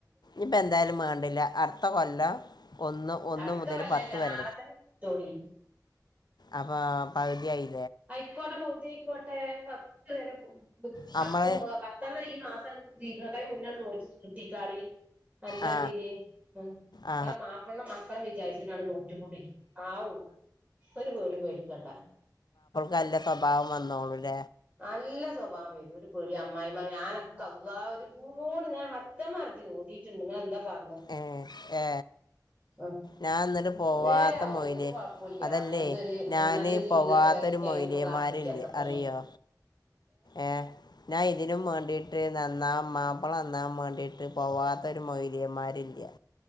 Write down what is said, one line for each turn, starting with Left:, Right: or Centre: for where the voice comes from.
Left: ഇപ്പ എന്തായാലും വേണ്ടില്ല അർത്ത കൊല്ലം ഒന്ന് ഒന്ന്
Right: അടുത്ത
Left: മുതൽ
Right: വല്ലല്ല
Left: പത്ത് വരെ
Right: നാളെ തന്നെത്തോളി
Left: അപ്പ പകുതിയായി
Right: ഐക്കോട്ടെ ബൗതി ഇക്കോട്ടെ പ പരെ
Left: നമ്മൾ
Right: പത്തും പത്തെെണ്ണണം ഈ മാസീന്നത് ഇരുപത് മുന്നാണ് നോ കുട്ടിക്കാളി നല്ലരുതിൽ
Left: ആ
Right: ഉ
Left: ആ
Right: നെ മാപ്പി മക്കളും വിചാരിച്ച <unintelligible> റ്റപൂടി ആ ഒരു പേടും പേടിക്കണ്ട
Left: ഗല്ല സ്വഭാവം വന്നോളില്ല
Right: നല്ല സ്വഭാവം വരും ഒരു പേടി അമ്മായി ഞാനൊക്കെ അള്ള ഒരു കൂട് ഞാൻ <unintelligible> ഓതി ന്ത പ
Left: ഏ ഏ
Right: ആ
Left: ഞാൻ എന്നിട്ട് പോവാത്ത
Right: നേരവു
Left: മൊയില്
Right: ഒരു കുഴപ്പില്ല
Left: അതല്ലേ
Right: അങ്ങനത്തെ
Left: ഞാൻ
Right: ഒരു നല്ല ജീവിതമൊക്കെ
Left: പോവാത്തൊരു
Right: വേറെ ക്കന
Left: മൊയിലേമാരില്ലേ
Right: കബരാത്തിക്കത്രത്തെ
Left: അറിയോ ഏ ഞാൻ ഇതിനും വേണ്ടിട്ട് നന്നാം മാപ്പള നന്നാൻ വേണ്ടിട്ട് പോവാ ഒരു മൊലിയെമാരില്ല